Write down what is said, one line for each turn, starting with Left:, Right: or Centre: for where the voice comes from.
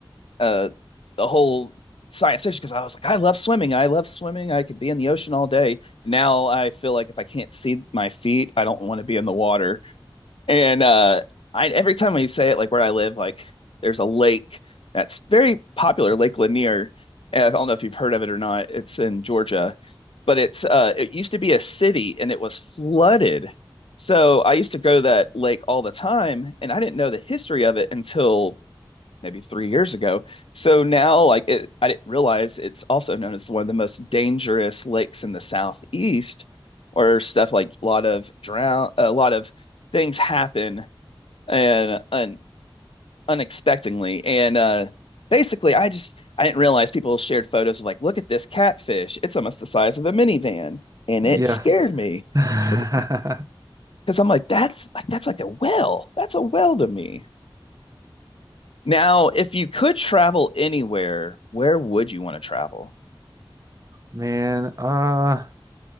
Left: uh the whole science fiction because I was like I love swimming. I love swimming. I could be in the ocean all day. Now I feel like if I can't see my feet, I don't want to be in the water. And uh I every time we say it like where I live like there's a lake that's very popular, Lake Lanier. And I don't know if you've heard of it or not. It's in Georgia but it's uh it used to be a city and it was flooded. So I used to go to that lake all the time and I didn't know the history of it until maybe three years ago. So now like it I didn't realize it's also known as one of the most dangerous lakes in the southeast or stuff like a lot of drown a lot of things happen and, and unexpectedly. And uh, basically, I just I didn't realize people shared photos of like, look at this catfish. It's almost the size of a minivan, and it
Right: Yeah.
Left: scared me
Right: <laughs>
Left: because because I'm like, that's like that's like a whale. That's a whale to me. Now, if you could travel anywhere, where would you want to travel?
Right: Man, uh,